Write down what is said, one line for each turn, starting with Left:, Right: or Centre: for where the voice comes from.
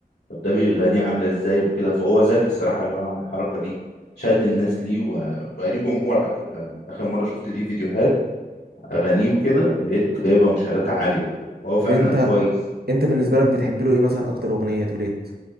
Left: طب ده بيغنيه عامله ازاي وكده فهو ذكي الصراحه اللي هو عمل الحركه دي شد الناس ليه وبقى بقى ليه جمهور على فكره يعني اخر مره شفت ليه فيديوهات اغانيه وكده لقيت جايبه مشاهدات عاليه وكده فهو فعلا
Right: طب انت
Left: كويس
Right: انت بالنسبة لك بتحب له ايه مثلا اكتر اغنية توليت